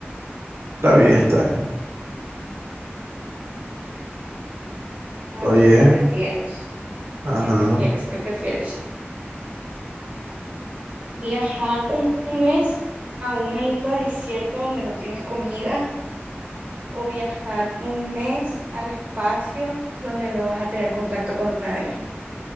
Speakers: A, on the right; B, on the right.
A: Está bien, está bien.
B: A
A: Oye,
B: ver, ¿qué prefieres?
A: ajá.
B: ¿Qué prefieres? ¿Qué prefieres? Viajar un mes a una isla desierta donde no tienes comida o viajar un mes al espacio donde no vas a tener contacto con nadie.